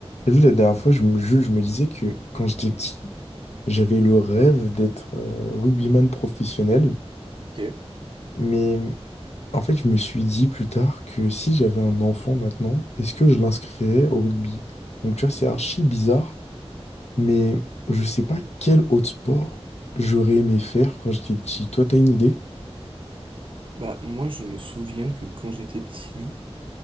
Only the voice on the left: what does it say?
T'as vu, la dernière fois, je me, Jules, je me disais que quand j'étais petit, j'avais le rêve d'être euh, rugbyman professionnel.
Mais en fait, je me suis dit plus tard que si j'avais un enfant maintenant, est-ce que je l'inscrirais au rugby? Donc tu vois, c'est archi bizarre, mais je sais pas quel autre sport j'aurais aimé faire quand j'étais petit. Toi, t'as une idée?